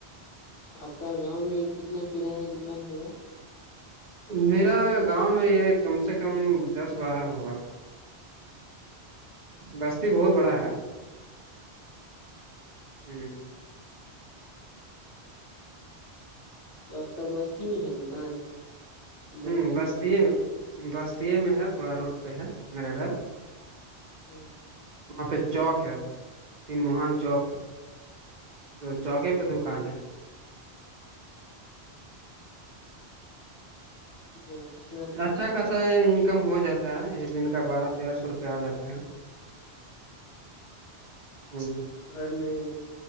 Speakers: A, on the left; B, on the right.
A: آپ کا گاؤں میں کتنا کررانہ دکان ہوگا
B: میرا گاؤں میں یہ کم سے کم دس بارہ ہوگا بستی بہت بڑا ہے ہ <unintelligible>
A: تو آپ کا بستی میں ہے دکان کہ بستی
B: ہوں بستیے
A: سے ہٹ کر
B: میں بستیے میں ہے تھوڑا روڈ پہ ہے میرا گھر
A: ہاں <unintelligible>
B: وہاں پہ چوک ہے تین مہان چوک ہے تو چوکے پہ دکان ہے
A: اچھا ہے
B: اچھا خاصا انکم ہو جاتا ہے ایک دن کا بارہ تیرہ سو روپے آ جاتا ہے ہوں <unintelligible>
A: گھر میں